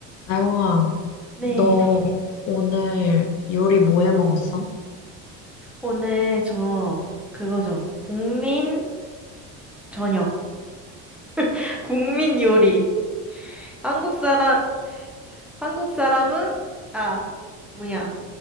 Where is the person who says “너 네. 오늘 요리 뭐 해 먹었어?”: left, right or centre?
Left